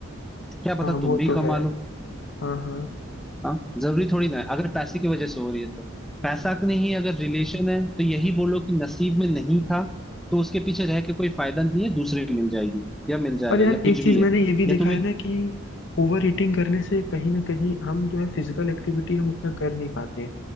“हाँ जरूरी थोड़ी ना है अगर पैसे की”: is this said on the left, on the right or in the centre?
Centre